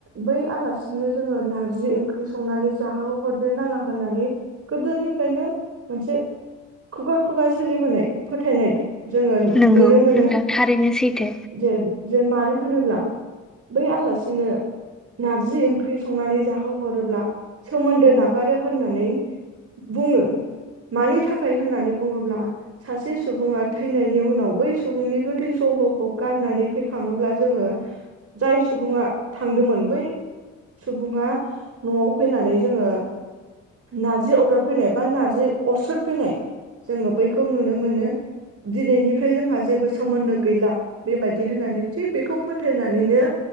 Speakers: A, on the right; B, in the centre.
A: बै आलासिनो जोङो नारजि ओंख्रि संनानै जाहोहरनो नाङा होननानै गोदोनिफ्रायनो मोनसे खुगा खुगा सोलिबोनाय फोथायनाय जोङो
B: नंगौ
A: नुनो मोनो
B: नोंथां थारैनो सैथो
A: जे जे मानो होनोब्ला बै आलासिनो नारजि ओंख्रि संनानै जाहोहरोब्ला सोमोन्दो नागारो होननानै बुङो मानि थाखाय होननानै बुङोब्ला सासे सुबुङा थैनायनि उनाव बै सुबुंनि गोथै सहखौ गारनानै फैखाङोब्ला जोङो जाय सुबुङा थांदोंमोन बै सुबुङा न'आव फैनानै जोङो नारजि अरगाबफैनाय बा नारजि अरस्रद फैनाय जोङो बैखौ नुनो मोनो दिनैनिफ्राय जोंहा जेबो सोमोन्दो गैला बेबायदि होननानै थिग बेखौ फोथायनानैनो